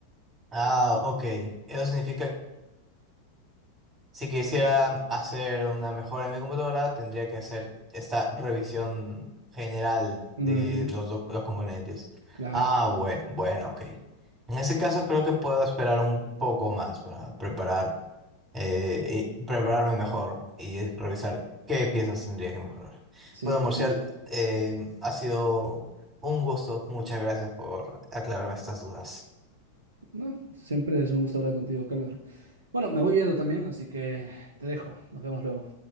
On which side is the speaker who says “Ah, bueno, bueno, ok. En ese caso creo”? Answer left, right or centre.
Right